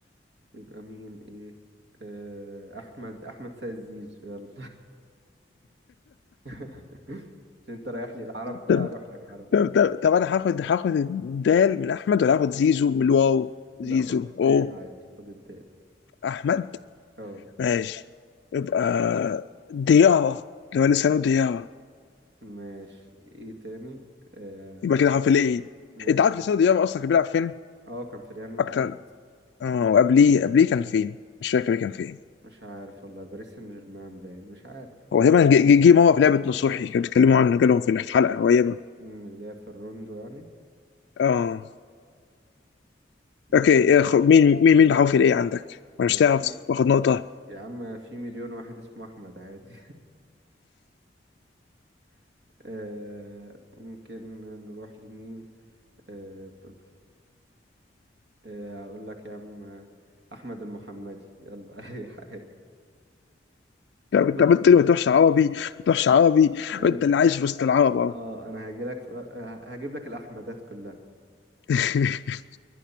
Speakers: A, on the right; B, on the left.
A: يبقى مين ايه آه احمد احمد سيد زيزو يلا <laughs> عشان انت رايح لي العرب بقى
B: طب
A: اروح لك عرب
B: طب
A: يعني
B: طب طب انا هاخد هاخد الدال من احمد ولا هاخد زيزو من الواو زيزو
A: لا خد الدال
B: اوه
A: عادي خد الدال
B: احمد
A: اه
B: ماشي يبقى ديارة اللي هو لسانه ديارة
A: ماشي ايه تاني آه
B: يبقى كده حرف الايه
A: ماشي
B: انت عارف
A: يا
B: لسانه
A: عم.
B: ديارة اصلا كان بيلعب فين
A: اه كان في ريال مدريد
B: اكتر اه وقبليه قبليه كان فين مش فاكر كان فين
A: مش عارف والله باريس سان جيرمان باين مش عارف
B: هو تقريبا جه جه- جه مره في لعبه نصوحي كانوا بيتكلموا عنه جالهم في الحلقه قريبه
A: أمم، اللي هي في الروندو يعني
B: اه
A: مش
B: اوكي يا
A: عارف
B: خ- مين مين مين بحرف الايه عندك وانا مش
A: اللي
B: تعرف
A: ايه
B: واخد نقطه
A: يا عم في مليون واحد اسمه احمد عادي <laughs> آه ممكن نروح لمين آه ب- ب- آه اقول لك يا عم آه، احمد المحمدي يلا <laughs> اي حاجه
B: لا كنت
A: خد
B: عملت لي ما تروحش عربي ما تروحش عربي
A: انا
B: وانت اللي عايش في وسط العرب اهو
A: اه انا هاجي لك في... آه، هجيب لك الاحمدات كلها
B: <laughs>